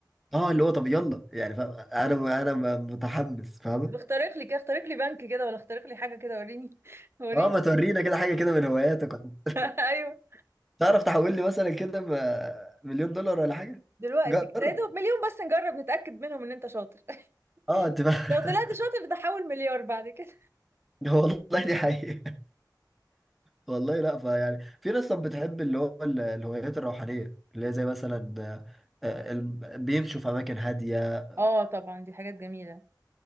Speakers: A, in the centre; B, on the right.
A: اه اللي هو طب يلا يعني فاهم انا انا م- متحمس فاهم
B: طب اخترق لي كده اخترق لي بنك كده ولا اخترق لي حاجة كده وريني <laughs> وريني
A: اه ما تورينا كده حاجه كده من هواياتك ولا-
B: <laughs> ايوه
A: تعرف تحول لي مثلا كده م- مليون دولار ولا حاجه
B: دلوقتي
A: جرب
B: كده يا دوب مليون بس نجرب نتأكد منهم ان انت شاطر <laughs>
A: اه انت فاهم
B: لو طلعت شاطر ده حول مليار بعد كده
A: <laughs> والله دي حقيقه والله لا فيعني في ناس طب بتحب اللي هو ال- الهوايات الروحانيه اللي هي زي مثلا آه، آه، الم- بيمشوا في اماكن هاديه
B: اه طبعا دي حاجات جميلة